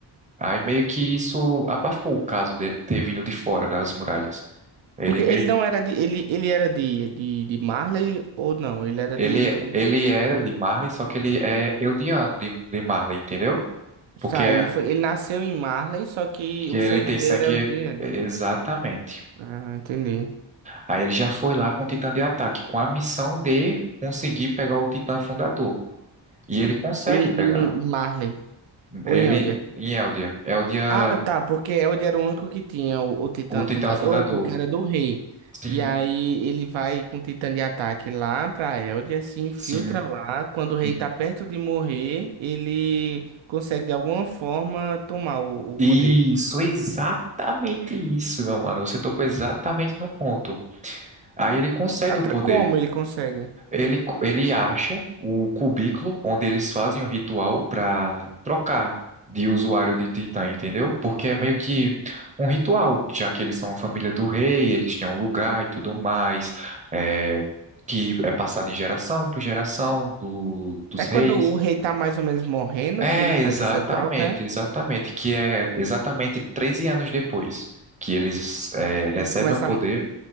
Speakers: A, on the right; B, on the right.
A: Aí meio que isso abafou o caso dele ter vindo de fora das muralhas. Ele
B: Porque
A: meio
B: ele não era de. Ele, ele era de, de, de Marley ou não? Ele era
A: Ele,
B: de.
A: ele era de Marley, só que ele é Eldiano de, de Marley, entendeu? Porque
B: Tá, ele foi, ele nasceu em Marley, só que
A: que
B: o
A: ele
B: sangue
A: tem
B: dele
A: sangue
B: era Elder, né?
A: exatamente.
B: Ah, entendi.
A: Aí ele já foi lá com o Titã de ataque, com a missão de conseguir pegar o Titã fundador. E ele consegue
B: Em,
A: pegar.
B: em Marley, ou
A: Ele
B: em Elder.
A: em Eldia. Eldia,
B: Ah, tá, porque Elder era o único que tinha o, o Titã
A: o Titã
B: fundador,
A: fundador.
B: porque era do rei.
A: Sim,
B: E aí ele vai com o Titã de ataque lá pra Elder, se infiltra
A: sim.
B: lá. Quando o rei
A: E-
B: tá perto de morrer, ele consegue de alguma forma tomar o, o
A: Isso,
B: poder.
A: exatamente isso, meu mano. Você tocou exatamente no ponto. Aí ele consegue
B: Atra-
A: o poder.
B: Como ele consegue?
A: Ele, cu- ele acha o cubículo onde eles fazem o ritual para trocar de usuário de Titã, entendeu? Porque é
B: Uhum.
A: meio que um ritual, já que eles são a família do rei, eles têm um lugar e tudo mais, é, que é passado em geração por geração do, dos
B: É
A: reis.
B: quando o rei tá mais ou menos morrendo
A: É,
B: que ele faz
A: exatamente,
B: essa troca, é?
A: exatamente, que é exatamente 13 anos depois que eles é, recebem
B: Eles começam,
A: o poder,